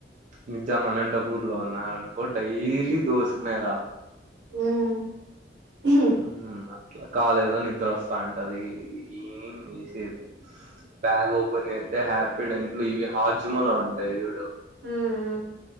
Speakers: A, on the right; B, on the right.
A: నిజం అనంతపూర్ లో ఉన్నాను అనుకో డైలీ దోశ నే రా
B: ఉం హు హామ్
A: ఉం అట్లా కాలేజీలో నిద్ర వస్తా అంటది ఏం చేసేది బ్యాగ్ ఓపెన్ అయితే హ్యాపీ <unintelligible> ఇంట్లో ఇవి హాజిమలా ఉంటాయి చూడు
B: ఉం ఉం